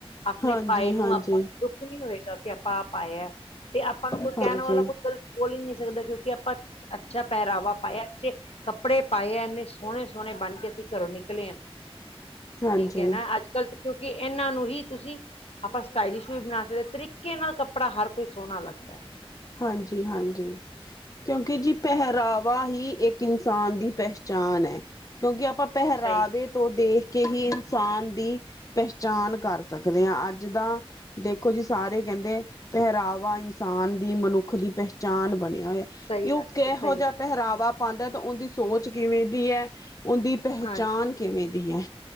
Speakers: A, on the left; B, on the left.
A: ਆਪਣੇ
B: ਹਾਂਜੀ
A: ਪਾਏ ਨੂੰ
B: ਹਾਂਜੀ
A: ਆਪਾਂ ਦੁੱਖ ਨੀ ਹੋਏਗਾ ਕਿ ਆਪਾਂ ਆਪ ਪਾਇਆ ਤੇ ਆਪਾਂ ਨੂੰ ਕੋਈ
B: ਹਾਂਜੀ
A: ਕਹਿਣ ਵਾਲਾ ਕੋ ਬੋਲ ਹੀ ਨੀ ਸਕਦਾ ਕਿਉਂਕਿ ਆਪਾਂ ਅੱਛਾ ਪਹਿਰਾਵਾ ਪਾਏ ਅੱਛੇ ਕੱਪੜੇ ਪਾਏ ਇੰਨੇ ਸੋਹਣੇ-ਸੋਹਣੇ ਬਣ ਕੇ ਅਸੀਂ ਘਰੋਂ ਨਿਕਲੇ ਹਾਂ
B: ਹਾਂਜੀ
A: ਠੀਕ ਏ ਨਾ ਅੱਜ ਕੱਲ ਕਿਉਂਕਿ ਇਹਨਾਂ ਨੂੰ ਹੀ ਤੁਸੀਂ ਆਪਾਂ ਸਟਾਈਲਿਸ਼ ਵੀ ਬਣਾ ਸਕਦੇ ਤਰੀਕੇ ਨਾਲ ਕੱਪੜਾ ਹਰ ਕੋਈ ਸੋਹਣਾ ਲੱਗਦਾ।
B: ਹਾਂਜੀ-ਹਾਂਜੀ। ਕਿਉਂਕਿ ਜੀ ਪਹਿਰਾਵਾ ਹੀ ਇੱਕ ਇਨਸਾਨ ਦੀ ਪਹਿਚਾਣ ਐ ਕਿਉਂਕਿ ਆਪਾਂ ਪਹਿਰਾਵੇ,
A: ਸਹੀ
B: ਤੋਂ ਦੇਖ ਕੇ ਹੀ ਇਨਸਾਨ ਦੀ ਪਹਿਚਾਣ ਕਰ ਸਕਦੇ ਹਾਂ ਅੱਜ ਦਾ ਦੇਖੋ ਜੀ ਸਾਰੇ ਕਹਿੰਦੇ ਪਹਿਰਾਵਾ ਇਨਸਾਨ ਦੀ ਮਨੁੱਖ ਦੀ ਪਹਿਚਾਣ ਬਣੇ। ਹੋ
A: ਸਹੀ
B: ਕਿ ਉਹ
A: ਗੱਲ ਹੈ
B: ਕਿਹੋ
A: ਸਹੀ ਗੱਲ
B: ਜਿਹਾ ਪਹਿਰਾਵਾ
A: ਹੈ
B: ਪਾਉਂਦਾ ਤੇ ਉਹਦੀ ਸੋਚ ਕਿਵੇਂ ਦੀ ਐ। ਉਹਦੀ ਪਹਿਚਾਣ
A: ਹਾਂਜੀ
B: ਕਿਵੇਂ ਦੀ ਐ?